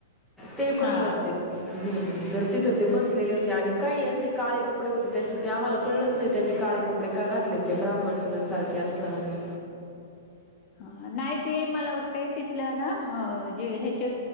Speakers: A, in the centre; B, on the left.
A: ते पण
B: हा
A: करतेत हम्म, तर तिथं ते बसलेले होते आणि काही असे काळे कपडे होते त्यांचे ते आम्हाला कळलंच नाही त्यांनी काळे कपडे का घातले ते ब्राह्मण सारखे असणाऱ्यांनी.
B: ह, नाही ते मला वाटतंय तिथलं ना जे ह्याचे